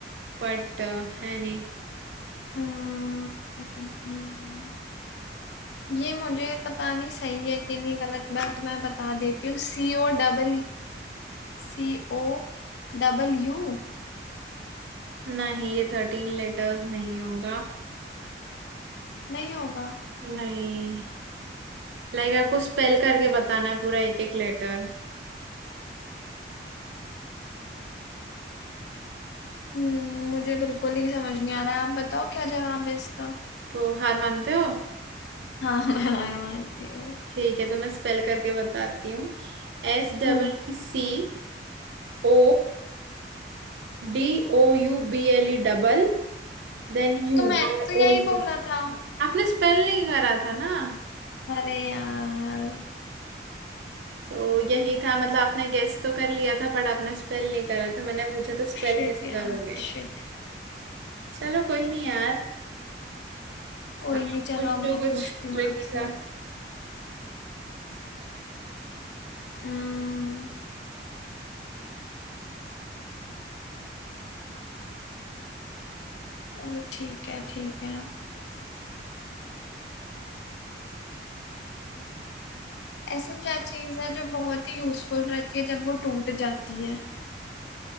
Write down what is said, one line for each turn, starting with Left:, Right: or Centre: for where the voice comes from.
Right: बट है नहीं
Left: अम्म, अम्म, अम्म, ये मुझे पता नहीं सही है कि नहीं गलत बट मैं बता देती हूँ C O double C O Double U
Right: नहीं ये थर्टीन लेटर्स नहीं होगा
Left: नहीं होगा
Right: नहीं लाइक आपको स्पेल करके बताना है पूरा एक एक लेटर
Left: हम्म, मुझे बिल्कुल ही समझ नहीं आ रहा है आप बताओ क्या जवाब है इसका
Right: तो हार मानते हो
Left: हाँ <laughs> मैं हार मानती हूँ
Right: ठीक है तो मैं स्पेल करके बताती हूँ S double
Left: हम्म
Right: C O D O U B L E double then U
Left: तो मैंने
Right: Y
Left: तो यही
Right: O U
Left: बोला था
Right: आपने स्पेल नहीं करा था ना
Left: अरे यार
Right: तो यही था मतलब आपने गेस तो कर लिया था बट आपने स्पेल नहीं करा था मैंने पूछा था स्पेल
Left: शिट
Right: कैसे
Left: यार
Right: करोगे
Left: शिट
Right: चलो कोई नहीं यार
Left: कोई
Right: आप
Left: नहीं चलो
Right: कुछ
Left: अब
Right: तो
Left: मैं
Right: कुछ
Left: पूछती हूँ
Right: ट्रिकी
Left: आपसे
Right: था
Left: हम्म और ठीक है ठीक है ऐसी क्या चीज है जो बहुत ही यूजफुल रहती है जब वो टूट जाती है